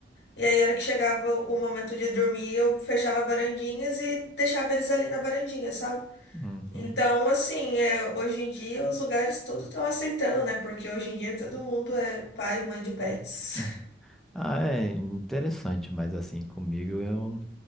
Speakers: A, on the left; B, in the centre.
A: E aí, a hora que chegava o momento de dormir, eu fechava varandinhas e deixava eles ali na varandinha, sabe?
B: Uhum.
A: Então, assim, é, hoje em dia os lugares tudo estão aceitando, né? Porque hoje em dia todo mundo é pai e mãe de pets.
B: Uhum. Ah, é interessante, mas assim, comigo eu